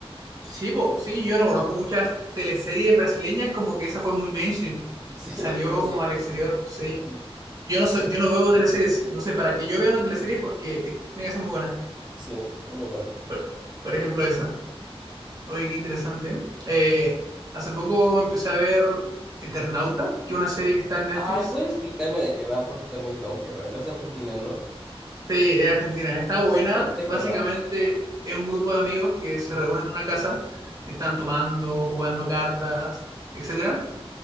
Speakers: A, on the right; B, in the centre.
A: Sí, po, sí, yo no conozco muchas teleseries brasileñas, como que esa fue muy mainstream.
B: Sí,
A: Salió
B: pobre,
A: como al exterior, sí.
B: sí,
A: Yo no soy, yo no veo teleseries, entonces para que yo vea una teleserie es porque tiene que ser muy buena.
B: sí, es muy bueno.
A: Bueno, por ejemplo esa. Oye, qué interesante. Eh, hace poco empecé a ver Eternauta, que es una serie que está en Netflix.
B: Ay, ¿puedes explicarme de qué va? Porque también tengo que verla, es Argentina, ¿no?
A: Sí, es argentina. Está buena.
B: ¿De qué, de
A: Básicamente
B: qué va?
A: es un grupo de amigos que se reúnen en una casa, están tomando, jugando cartas, etcétera.